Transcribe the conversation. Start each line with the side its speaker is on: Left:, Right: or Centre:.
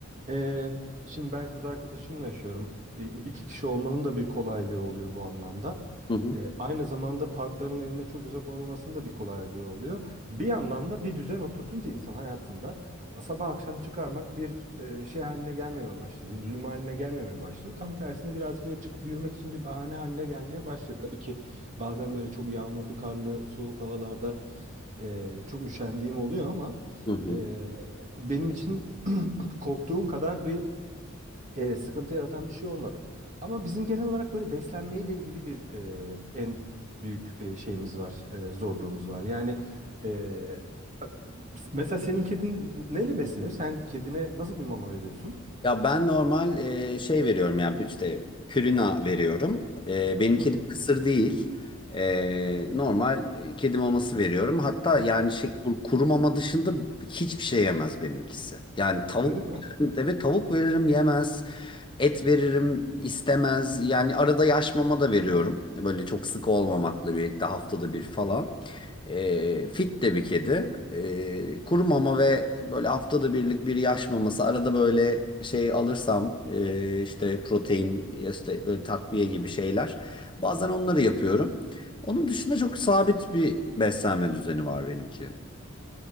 Right: e, şimdi ben kız arkadaşımla yaşıyorum. İ- İki kişi olmanın da bir kolaylığı oluyor bu anlamda.
Left: Hı hı.
Right: E, aynı zamanda parkların evime çok uzak olmamasının da bir kolaylığı oluyor. Bir yandan da bir düzen oturtunca insan hayatında sabah akşam çıkarmak bir e, şey haline gelmemeye başlıyor. Zulüm haline gelmemeye başlıyor. Tam tersine birazcık böyle çıkıp yürümek için bir bahane haline gelmeye başlıyor. Tabii ki bazen böyle çok yağmurlu, karlı, soğuk havalarda e, çok üşendiğim oluyor ama
Left: Hı hı.
Right: e, benim için korktuğum kadar bir e, sıkıntı yaratan bir şey olmadı. Ama bizim genel olarak böyle beslenmeyle ilgili bir e, en büyük e, şeyimiz var, e, zorluğumuz var. Yani e, mesela senin kedin neyle besleniyor? Sen kedine nasıl bir mama veriyorsun?
Left: Ya ben normal e, şey veriyorum yani işte pürina veriyorum. E, benim
Right: Hı
Left: kedim
Right: hı.
Left: kısır değil. E, normal kedi maması veriyorum. Hatta yani şey kur- kuru mama dışında hiçbir şey yemez benimkisi. Yani tavuk
Right: Öyle mi?
Left: evet tavuk veririm yemez. Et veririm istemez. Yani arada yaş mama da veriyorum. Böyle çok sık olmamakla birlikte haftada bir falan. E, fit de bir kedi. E, kuru mama ve böyle haftada birlik bir yaş maması. Arada böyle şey alırsam e, işte protein ya işte böyle takviye gibi şeyler. Bazen onları yapıyorum. Onun dışında çok sabit bir beslenme düzeni var benimkinin.